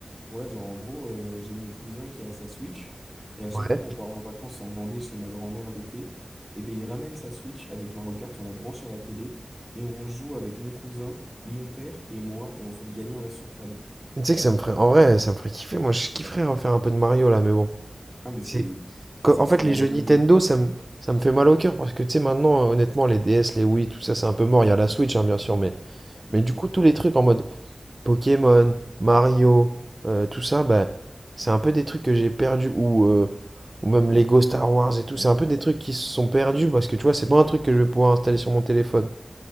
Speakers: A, in the centre; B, on the right.
A: Ouais, genre, en gros, euh, j'ai mon cousin qui a sa Switch. Et à chaque
B: Ouais.
A: fois qu'on part en vacances en Vendée chez ma grand-mère l'été, et ben, il ramène sa Switch avec Mario Kart, on la branche à la télé. Et on joue avec mon cousin, mon père et moi. Et on fait le gagnant reste sur table.
B: Tu sais que ça me ferait, en vrai, ça me ferait kiffer. Moi, je kifferais refaire un peu de Mario là, mais bon.
A: Ah, mais c'est,
B: C'est...
A: tu
B: Qu-
A: sais
B: En
A: que
B: fait,
A: c'est vraiment
B: les jeux
A: de
B: Nintendo,
A: la frappe.
B: ça me, ça me fait mal au cœur parce que tu sais, maintenant, euh, honnêtement, les DS, les Wii, tout ça, c'est un peu mort. Il y a la Switch, hein, bien sûr, mais,
A: Mm.
B: mais du coup, tous les trucs en mode Pokémon, Mario, euh, tout ça, bah, c'est un peu des trucs que j'ai perdus ou, euh, ou même Lego Star Wars et tout. C'est un peu des trucs qui se sont perdus parce que tu vois, c'est pas un truc que je vais pouvoir installer sur mon téléphone.